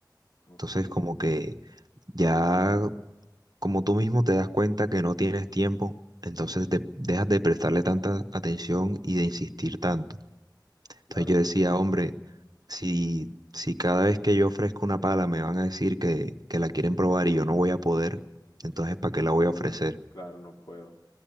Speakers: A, on the left; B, on the right.
A: Ok,
B: Entonces como que ya como tú mismo te das cuenta que no tienes tiempo, entonces de- dejas de prestarle tanta atención y de insistir tanto. Entonces
A: claro,
B: yo decía, hombre, si, si cada vez que yo ofrezco una pala me van a decir que, que la quieren probar y yo no voy a poder, entonces ¿para qué
A: no
B: la voy
A: puedo,
B: a ofrecer?
A: claro, no puedo.